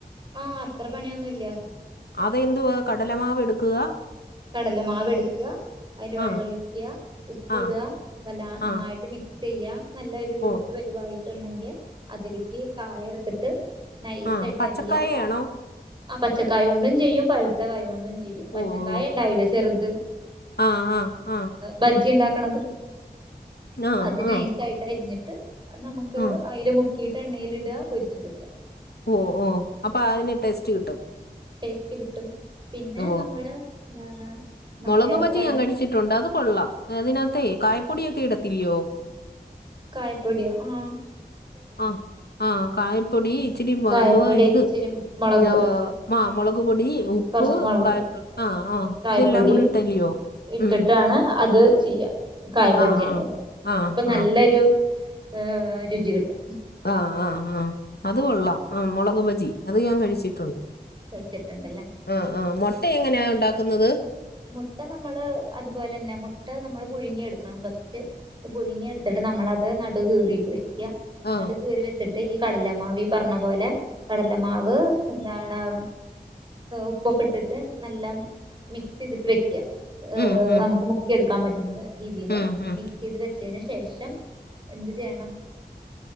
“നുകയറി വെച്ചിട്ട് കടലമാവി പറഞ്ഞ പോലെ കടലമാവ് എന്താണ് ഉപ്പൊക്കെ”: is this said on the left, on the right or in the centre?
Right